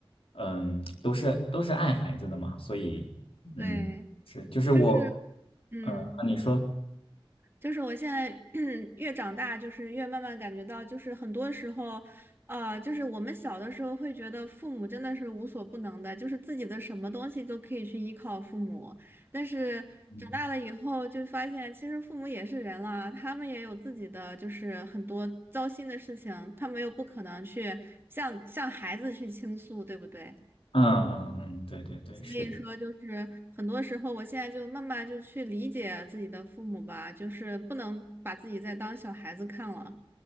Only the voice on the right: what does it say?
对，
就是嗯。
就是我现在 <clears throat> 越长大，就是越慢慢感觉到，就是很多时候，呃，就是我们小的时候会觉得父母真的是无所不能的，就是自己的什么东西都可以去依靠父母。但是长大了以后，
就发现其实父母也是人了，他们也有自己的就是很多糟心的事情，他们又不可能去向向孩子去倾诉，对不对？
所以说，
就是很多时候，我现在就慢慢就去理解自己的父母吧，就是不能把自己再当小孩子看了。